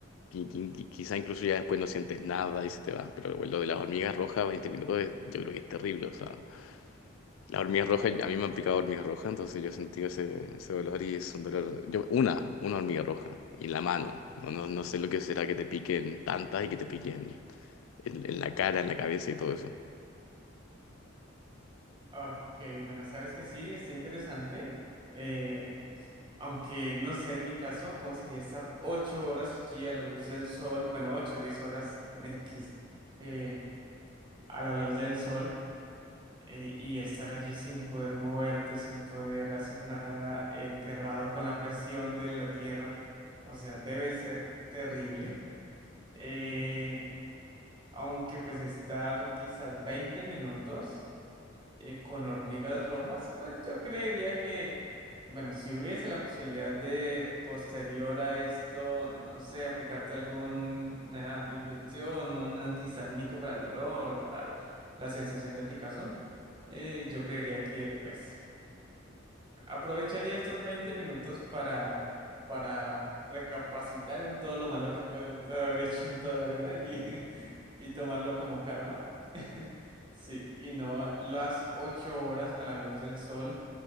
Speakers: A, on the left (about 80°); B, on the right (about 25°).
A: qui- qui- qui- quizá incluso ya después no sientes nada y se te va. Pero bueno, lo de las hormigas rojas, 20 minutos, es- yo creo que es terrible. O sea, las hormigas rojas, a mí me han picado hormigas rojas, entonces yo he sentido ese, ese dolor y es un dolor. Yo, una, una hormiga roja, y en la mano. No, no, no sé lo que será que te piquen tantas y que te piquen en, en la cara, en la cabeza y todo eso.
B: Ok, bueno, sabes que sí, está interesante. Eh, Aunque no sé en mi caso cómo sería estar ocho horas allí a la luz del sol, bueno, ocho, diez horas <laughs> X eh, a la luz del sol eh, y estar allí sin poder moverte, sin poder hacer nada, enterrado con la presión de la tierra. O sea, debe ser terrible. Eh, aunque pues estar quizás 20 minutos eh, con hormigas rojas, pues yo creería que, bueno, si hubiese la posibilidad de posterior a esto, no sé, aplicarte alguna inyección, un antihistamínico para el dolor o para la sensación de picazón, eh, yo creería que, pues, Aprovecharía estos 20 minutos para, para recapacitar en todo lo malo que puedo, puedo haber hecho en toda la vida y, <laughs> y tomarlo como karma. <laughs> Sí, y no las 8 horas a la luz del sol,